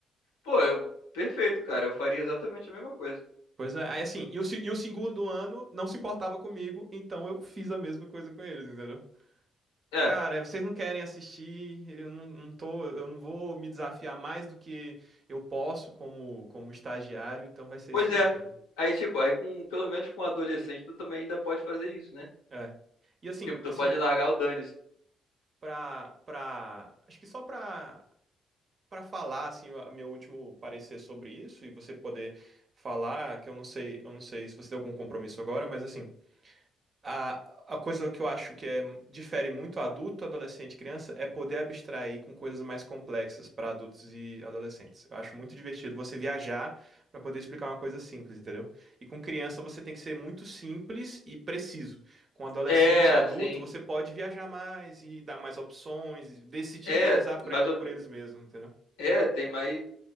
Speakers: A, on the left; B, on the right.
A: Pô, eu, perfeito, cara, eu faria exatamente a mesma coisa.
B: Pois é, aí assim, e o, se- e o segundo ano não se importava comigo, então eu fiz a mesma coisa com eles, entendeu?
A: É,
B: Cara, é, vocês não querem assistir, eu não, não tô, eu não vou me desafiar mais do que eu posso como, como estagiário, então vai ser
A: pois
B: isso aí,
A: é.
B: cara.
A: Aí, tipo, aí com, pelo menos com um adolescente, tu também ainda pode fazer isso, né?
B: É. E assim,
A: Tipo, tu
B: assim,
A: pode largar o dane-se.
B: pra, pra, acho que só pra, pra falar, assim, o meu último parecer sobre isso e você poder falar, que eu não sei, eu não sei se você tem algum compromisso agora, mas assim, A, a coisa que eu acho que é, difere muito adulto, adolescente e criança é poder abstrair com coisas mais complexas para adultos e adolescentes. Eu acho muito divertido você viajar para poder explicar uma coisa simples, entendeu? E com criança você tem que ser muito simples e preciso. Com adolescente
A: É,
B: e adulto
A: sim.
B: você pode viajar mais e dar mais opções, e decidir
A: É,
B: que eles aprendam
A: mas eu,
B: por eles mesmos, entendeu?
A: É, tem mais,